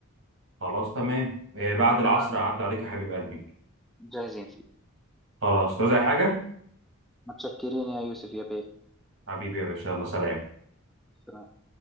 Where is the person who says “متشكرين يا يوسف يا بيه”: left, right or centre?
Centre